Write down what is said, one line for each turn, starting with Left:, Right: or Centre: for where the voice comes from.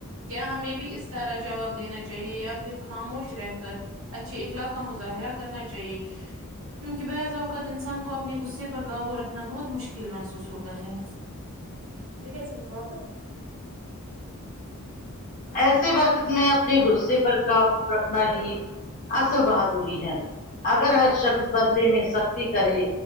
Right: کیا ہمیں بھی اس طارح جواب دینا چاہیے یا پھر خاموش رہ کر اچھے اخلاق کا مظاہرہ کرنا چاہیے کیونکہ بعض اوقات انسان کو اپنے غصے پر قابو رکھنا بہت مشکل محسوس ہوتا ہے کیسے واپس
Left: ایسے وقت میں اپنے غصے پر قابو رکھنا ہی اصل بہادری ہے اگر ہر شخص بدلے میں سختی کرے